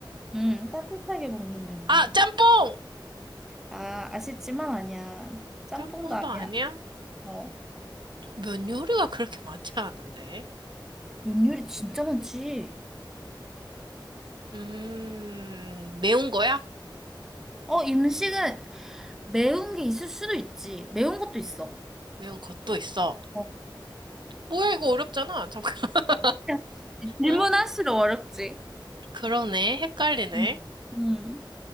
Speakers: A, in the centre; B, on the right.
A: 음, 따뜻하게 먹는 면이야.
B: 아, 짬뽕!
A: 아, 아쉽지만 아니야. 짬뽕도
B: 짬뽕도
A: 아니야.
B: 아니야?
A: 어.
B: 면 요리가 그렇게 많지 않은데.
A: 면 요리 진짜 많지.
B: 음, 매운 거야?
A: 어, 음식은 매운 게 있을 수도 있지. 매운 것도 있어.
B: 매운 것도 있어.
A: 어.
B: 뭐야, 이거 어렵잖아. 잠깐. <laughs>
A: <laughs> 질문할수록
B: 아,
A: 어렵지.
B: 그러네. 헷갈리네.
A: 음. 음,